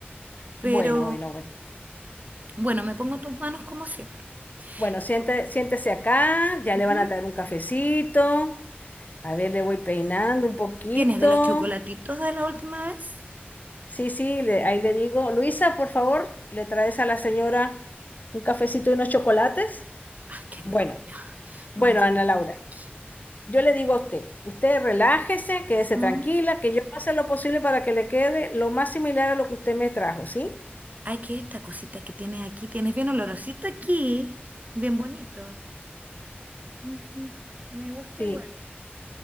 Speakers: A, on the right; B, on the left.
A: Pero
B: bueno, bueno, bueno.
A: bueno, me pongo en tus manos como siempre.
B: Bueno, siente-
A: Yo,
B: siéntese acá, ya
A: ujú.
B: le van a traer un cafecito. A ver, le voy peinando un poquito.
A: ¿Tienes de los chocolatitos de la última vez?
B: Sí, sí, le- ahí le digo, Luisa, por favor, le traes a la señora un cafecito y unos chocolates.
A: Ay, qué rico,
B: Bueno,
A: ya. Me
B: bueno,
A: voy a sentar
B: Ana Laura.
A: aquí.
B: Yo le digo a usted, usted relájese, quédese
A: Ujú.
B: tranquila, que yo voy a hacer lo posible para que le quede lo más similar a lo que usted me trajo, ¿sí?
A: Ay, que esta cosita que tienes aquí, tienes bien olorosito aquí, bien bonito. Ujú. Me gusta
B: Sí.
A: igual.